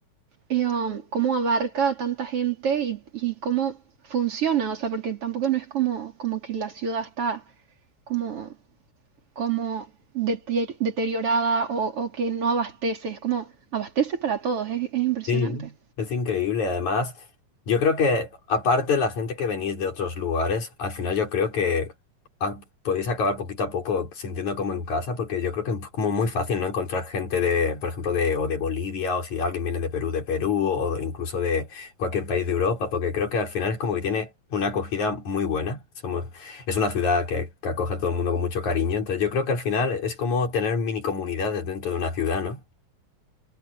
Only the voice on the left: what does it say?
Sí, es increíble. Además, yo creo que aparte de la gente que venís de otros lugares, al final yo creo que ah, podéis acabar poquito a poco sintiendo como en casa, porque yo creo que es como muy fácil no encontrar gente de, por ejemplo, de o de Bolivia, o si alguien viene de Perú, de Perú, o incluso de cualquier país de Europa, porque creo que al final es como que tiene una acogida muy buena. Somos, es una ciudad que, que acoge a todo el mundo con mucho cariño, entonces yo creo que al final es como tener mini comunidades dentro de una ciudad, ¿no?